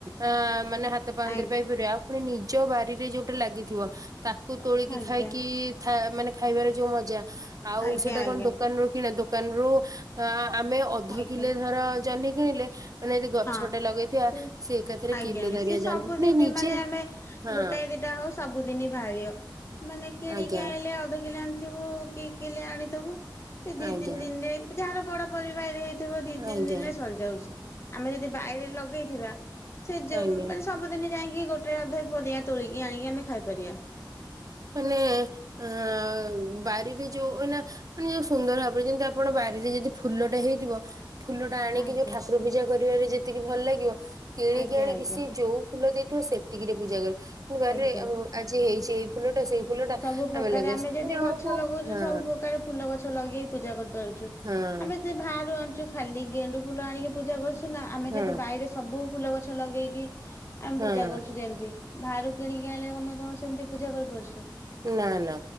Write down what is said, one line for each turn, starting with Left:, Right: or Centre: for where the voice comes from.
Right: ଆ ମାନେ ହା ହାତ ପାନ୍ତରେ
Left: ଆଜ୍ଞା। ଆଜ୍ଞା ଆଜ୍ଞା ଆଜ୍ଞା
Right: ପାଇପାରିବା ଆଉ ପୁଣି ନିଜ ବାରିରେ ଯୋଉଟା ଲାଗିଥିବ ତାକୁ ତୋଳିକି
Left: ଆଜ୍ଞା
Right: ଖାଇକି ଥା ମାନେ ଖାଇବାରେ ଯୋଉ ମଜା ଆଉ
Left: ଆଜ୍ଞା ଆଜ୍ଞା
Right: ସେଇଟା
Left: ଆଜ୍ଞା
Right: କଣ ଦୋକାନ ରୁ କିଣା ଦୋକାନରୁୁ ଆ ଆମେ ଅଧ
Left: ଆଜ୍ଞା।
Right: କିଲେ ଧର ଜହ୍ନି କିଣିଲେ ମାନେ ଯଦି ଗଛଟେ
Left: ହଁ
Right: ଲଗେଇଥିବା
Left: ସେ
Right: ସେ ଏକାଥରେ
Left: ଆଜ୍ଞା
Right: କିଲେ ଦାରିଆ
Left: ସି ସବୁଦିନେ
Right: ଜହ୍ନି ନିଜେ
Left: ମାନେ ଆମେ
Right: ହଁ
Left: ଗୋଟାଏ ଦିଟା ହଉ ସବୁଦିନି ବାହାରିବ। ମାନେ କିଣିକି
Right: ଆଜ୍ଞା
Left: ଆଣିଲେ ଅଧ କିଲେ ଆଣିଥିବୁ କି କିଲେ ଆଣିଥିବୁ ସେ ଦି
Right: ଆଜ୍ଞା
Left: ତିନି ଦିନିରେ ଯାହାର ବଡ ପରିବାର ହେଇଥିବ ଦି ତିନ୍
Right: ଆଜ୍ଞା
Left: ଦିନ୍ ରେ ସରିଯାଉଛି ଆମେ ଯଦି ବାଇରେ ଲଗେଇଥିବା ସେ ଯେମ୍
Right: ଆଜ୍ଞା।
Left: ମାନେ ସବୁଦିନି ଯାଇଁକି ଗୋଟେ ଅଧେ ପରିବା ତୋଳିକି ଆଣିକି ଆମେ ଖାଇପାରିଆ।
Right: ମାନେ ଏଁ ବାରିରେ ଯୋଉ ଏଇନା ମାନେ ଯୋଉ ସୁନ୍ଦର ଲାଗୁଚନ୍ତି ଯେମିତି ଆପଣ ବାରିରେ ଯଦି ଫୁଲଟେ ହେଇ ଥିବ
Left: ଆଜ୍ଞା
Right: ଫୁଲଟା ଆଣିକି
Left: ଆଜ୍ଞା
Right: ଯୋଉ ଠାକୁର ପୂଜା କରିବାରେ ଯେତିକି ଭଲ୍ ଲାଗିବ କି
Left: ଆଜ୍ଞା
Right: କେଣିକି
Left: ଆଜ୍ଞା
Right: ସିଏ ଯୋଉ ଫୁଲ ଦେଇଥିବ ସେତିକିରେ ପୂଜା କରି ଫୁଣି ବାରିରେ
Left: ଆଜ୍ଞା।
Right: ଉ ଆଜି ହେଇଛି ଏଇ ଫୁଲଟା ସେଇ ଫୁଲଟା
Left: ସବୁ ପ୍ରକାରେ
Right: ଲଗେଇ
Left: ଆମେ
Right: ସେ
Left: ଯେଦି
Right: ଆମକୁ
Left: ଗଛ ଲଗୋଉଚୁ
Right: ହଁ
Left: ସବୁ ପ୍ରକାର ଫୁଲ ଗଛ ଲଗେଇକି ପୂଜା କରି ପାରୁଚୁ
Right: ହଁ
Left: ଆମେ ଦି ଭାଆରୁ ଆଣୁଚୁ ଖାଲି ଗେଣ୍ଡୁ ଫୁଲ ଆଣିକି ପୂଜା କରୁଚୁ। ସୁନା ଆମେ
Right: ହଁ
Left: ଯଦି ବାଇରେ ସବୁ ଫୁଲ ଗଛ ଲଗେଇକି ଆମେ
Right: ହଁ।
Left: ପୂଜା କରୁଛୁ ଯେମ୍ତି। ଭାରୁ କିଣିକି ଆଣିଲେ ତମେ କଣ ସେମ୍ତି ପୂଜା କରିପାରୁଛୁ।
Right: ନା ନା